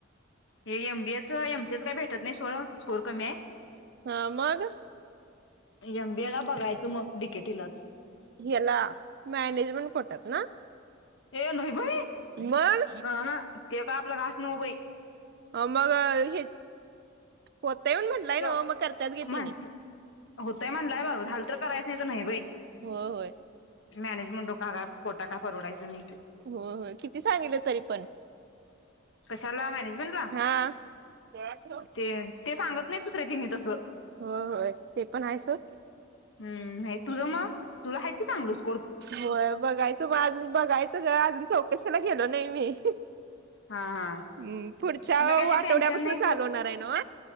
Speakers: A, on the left; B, on the right.
A: हे एमबीएच एमसीएच काही भेटत नाही सोड स्कोर कमी आहे.
B: हा माग.
A: एमबीए ला बघायचं मग डीकेटीलाच.
B: याला मॅनेजमेंट बोलतातना.
A: ए नाहीय बाई.
B: मण
A: हा ना ते का आपला घास नभई
B: आ मला हे होतय म्हटलंय
A: ज्यो
B: ना मग करतात गे
A: म्हण
B: तिने
A: होतंय म्हणलंय बघ झालं तर करायस नाही बाई.
B: हो होय.
A: मॅनेजमेंट हो का खोटा का परवडायचं मी
B: हो हो किती सांगलं तरी पण.
A: कशाला मॅनेजमेंटला
B: हा हो
A: ते ते सांगत नाही सुत रे तिने तसं
B: हो होय ते पण आहेस हो.
A: हम् नाही तुझं मग तुला हाय की चांगलच.
B: होय बघायचं म बघायचं ग अजून चौकशाला गेलो नाही मी.
A: हा हा.
B: हम्म पुढच्या
A: तुला काय लय
B: आठवड्यापासून
A: टेन्शन नाही
B: चालू
A: सोड
B: होणार आहे न्हव